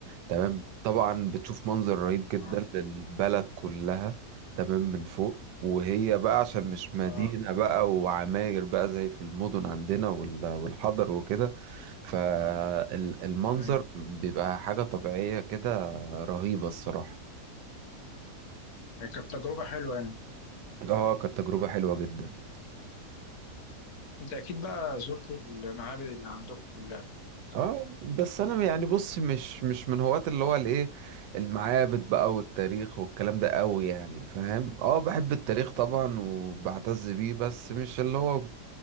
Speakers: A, on the right (about 85°); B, on the left (about 65°).
A: تمام طبعا بتشوف منظر رهيب جدا
B: اه
A: للبلد كلها تمام من فوق وهي بقى عشان مش مدينة
B: اه
A: بقى وعماير بقى زي في المدن عندنا وال- والحضر وكده فالمنظر
B: ايوه
A: بيبقى حاجة طبيعية كده رهيبة الصراحة
B: يعني كانت تجربه حلوه يعني
A: اه كانت تجربة حلوة جدا
B: انت اكيد بقى زرت المعابد اللي عندكم كلها صح
A: اه بس انا يعني بص مش مش من هواة اللي هو الايه المعابد بقى والتاريخ والكلام ده قوي يعني فاهم اه بحب التاريخ طبعا وبعتز بيه بس مش اللي هو م-